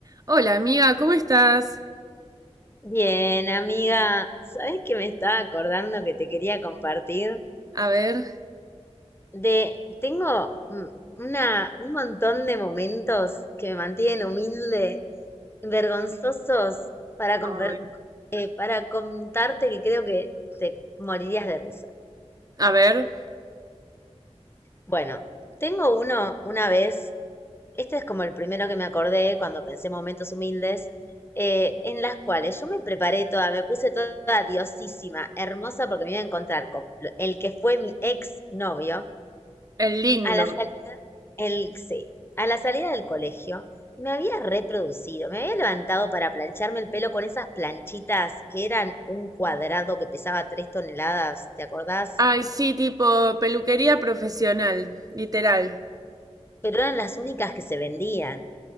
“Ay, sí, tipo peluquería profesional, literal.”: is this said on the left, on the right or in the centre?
Right